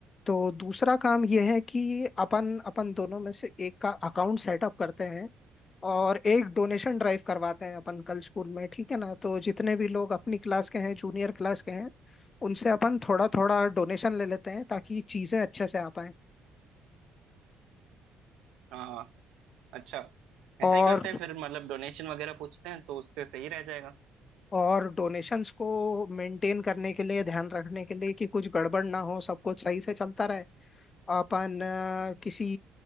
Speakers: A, on the left (about 30°); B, on the right (about 85°).
A: तो दूसरा काम यह है कि अपन अपन दोनों में से एक का अकाउंट सेटअप करते हैं और एक डोनेशन ड्राइव करवाते हैं अपन कल स्कूल में ठीक है ना तो जितने भी लोग अपनी क्लास के हैं जूनियर क्लास के हैं उनसे अपन थोड़ा थोड़ा डोनेशन ले लेते हैं ताकि चीजें अच्छे से आ पाए
B: हाँ अच्छा ऐसा
A: और
B: ही करते हैं फिर मतलब डोनेशन वगैरह पूछते हैं तो उससे सही रह जाएगा
A: और डोनेशंस को मेंटेन करने के लिए ध्यान रखने के लिए कि कुछ गड़बड़ ना हो सब कुछ सही से चलता रहे अपन अ, किसी